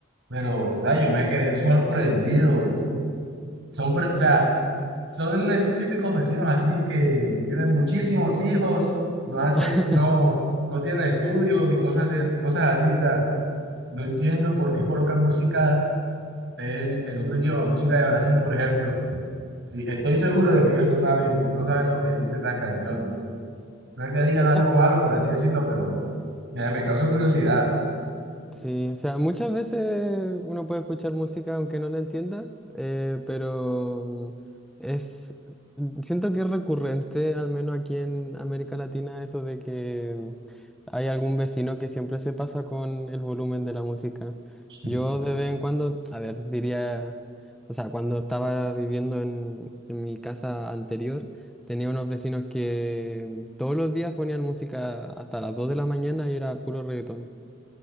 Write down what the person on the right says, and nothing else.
Pero, da, yo me quedé sorprendido. Sorpre- o sea, Son esos típicos vecinos así que tienen muchísimos hijos, no hace,
no, no tienen estudios y cosas de, cosas así. O sea, no entiendo por qué colocan música en, en otro idioma, música de Brasil, por ejemplo. Sí, estoy seguro de que ellos no saben, no saben lo que dicen esas canciones. No es que digan
algo malo, por así decirlo, pero mira, me causa curiosidad.
<laughs>